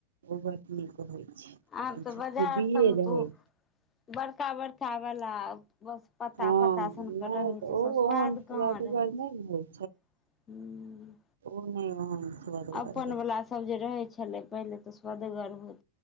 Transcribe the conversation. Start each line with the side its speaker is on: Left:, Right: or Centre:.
Right: ओ बड नीक होइ छै। ओहिमे
Left: आब तऽ
Right: छुच्छे
Left: बाजार
Right: बीए
Left: सब मे
Right: रहै
Left: तऽ ओ
Right: छै।
Left: बड़का बड़का बला आओत बस पत्ता
Right: हँ
Left: पत्ता सनके
Right: नहि
Left: रहै
Right: तऽ
Left: छै
Right: ओ
Left: से स्वाद
Right: ओहन सुआदगर
Left: कहाँ रहै छै।
Right: नहि ने होइ
Left: हूं।
Right: ओ नहि ओहन सुअदगर
Left: अपन
Right: होइ छै
Left: वला सब जे रहे छलै पहिले तऽ स्वदगर हो